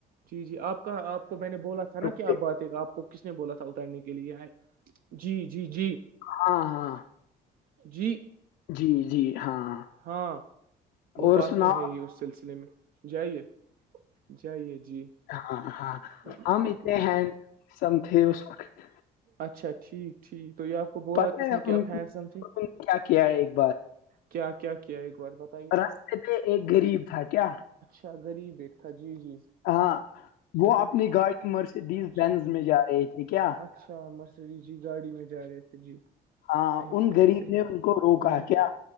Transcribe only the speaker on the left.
رکو
ہاں ہاں
جی جی ہاں
اور
سناؤ
ہاں ہاں
ہم اتنے ہینڈ سم تھے اس وقت
پتہ
ہے
ان
ان نے کیا کیا ہے ایک
رستے پہ ایک غریب تھا کیا
ہاں وہ
اپنی گاڑی مرسیڈیز
بینز میں جا رہے تھھی کیا
ہاں
ان
غریب
نے ان کو روکا
کیا